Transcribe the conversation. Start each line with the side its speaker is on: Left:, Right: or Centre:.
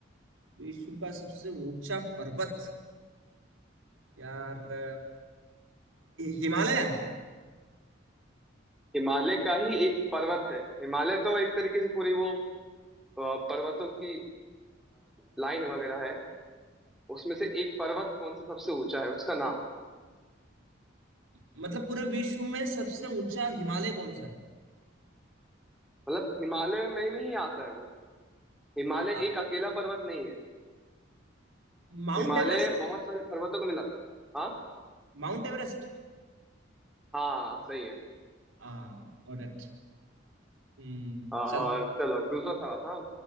Right: विश्व का सबसे ऊंचा पर्वत यार अ, हिमालय
Centre: हिमालय का ही एक पर्वत है हिमालय तो एक तरीके से पूरी वो अ, पर्वतों की लाइन वगैरह है उसमें से एक पर्वत कौन सा सबसे ऊंचा है उसका नाम
Right: मतलब पूरे विश्व में सबसे ऊंचा हिमालय कौन सा
Centre: मतलब हिमालय में में ही आता है वो हिमालय
Right: है
Centre: एक अकेला पर्वत नहीं है
Right: Mount
Centre: हिमालय
Right: Everest
Centre: बहुत सारे पर्वतों को मिला हाँ
Right: Mount Everest
Centre: हाँ सही है
Right: हाँ गॉट इट हम्म
Centre: और
Right: चल
Centre: चलो दूसरा सवाल हाँ